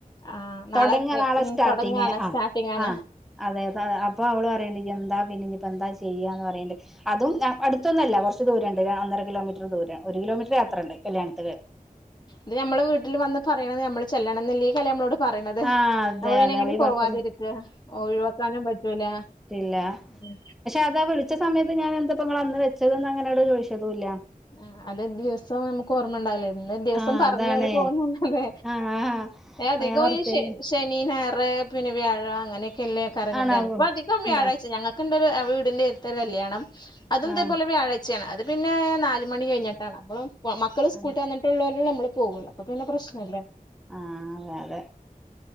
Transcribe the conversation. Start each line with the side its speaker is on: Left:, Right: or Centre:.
Left: ആഹ്
Centre: തൊടങ്ങ
Left: എ,
Centre: നാളെ
Left: ഉം
Centre: സ്റ്റാർട്ടിങ്.
Left: തൊടങ്ങാണ്
Centre: ആ.
Left: സ്റ്റാർട്ടിംഗ് ആണ്
Centre: ആ. അതെ താ അപ്പൊ ഓള് പറയണ്ട് എന്താ പിന്നെന്നിപ്പോ എന്താ ചെയ്യാന്ന് പറയണ്ട് അതും എ അടുത്തൊന്നു അല്ല. കൊറച്ച് ദൂരംണ്ട്. ര ഒന്നര കിലോമീറ്ററ് ദൂരം ഒരു കിലോമീറ്ററ് യാത്രണ്ട് കല്യാണത്തില്.
Left: ത് ഞമ്മളെ വീട്ടില് വന്ന് പറയണത് നമ്മള് ചെല്ലണംന്നില്ലേ? ഈ കല്യാ നമ്മളോട് പറയണത്.
Centre: ആഹ് അതെ
Left: അപ്പൊ പിന്നെ
Centre: അതെ
Left: എങ്ങനെ
Centre: ഒഴിവാക്കാൻ
Left: പോവാതിരിക്ക.
Centre: പ
Left: ഒഴിവാക്കാനും പറ്റൂല.
Centre: ഇല്ല
Left: ഉം
Centre: പക്ഷേ അത് ആ വിൾച്ച സമയത്ത് ഞാ എന്താപ്പോ ങ്ങള് അന്ന് വെച്ചതന്ന് അങ്ങനെള്ളെ ചോയ് ച്ചതുല്ല
Left: ആ അത് ന്ത് ദിവസം ഞമ്മക്ക് ഓർമ്മ ണ്ടാവില്ലായിര്‌ ലെ ദിവസം
Centre: ആഹ്
Left: പർഞ്ഞൊ
Centre: അതാണ്
Left: ഓല് പോകുന്നു <unintelligible> ല്ലേ?
Centre: ആഹ് ആഹ്
Left: ഏ അധികു
Centre: ഞാൻ ഓർത്തില്ല
Left: ഈ ശനി ശ- ശനി, ഞായറ്, പിന്നെ വ്യാഴ അങ്ങനെക്കല്ലെക്കാരം
Centre: ആണാവോ
Left: കല്യാണം. ഇപ്പൊ അധികം
Centre: ഇണ്ടാ
Left: വ്യാഴാഴ്ച ഞങ്ങക് കണ്ടൊരു എ വീട്ന്റെട്തൊരു കല്യാണം. അതും
Centre: ആഹ്
Left: ഇതേപോലെ വ്യാഴാച്ചേണ്. അത് പിന്നെ നാൽ മണി കഴിഞ്ഞിട്ടാണ് അപ്പോ മക്കള് സ്കൂൾട്ട്
Centre: ആഹ്
Left: വന്നിട്ടുള്ളല്ലോ നമ്മള് പോകുള്ളൂ അപ്പൊ പിന്നെ പ്രശ്നല്ല
Centre: ആ, അതെ അതെ.